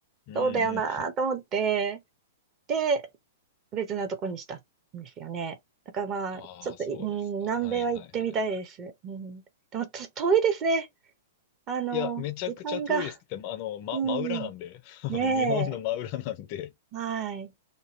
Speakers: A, on the left; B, on the right.
A: うんうん。
B: そうだよなと思って、で、別なとこにしたんですよね。だからまあ、
A: ああ、
B: ちょっと、
A: そうですか。
B: うん、南米は行ってみたいです。
A: はいはいはいはい。
B: うん、でもと遠いですね。あの、
A: いや、めちゃくちゃ遠いですって、
B: 時間が。
A: まあの、ま、
B: うん。
A: 真裏なんで。<laughs>
B: ねえ。
A: 日本の真裏なんで。
B: はい。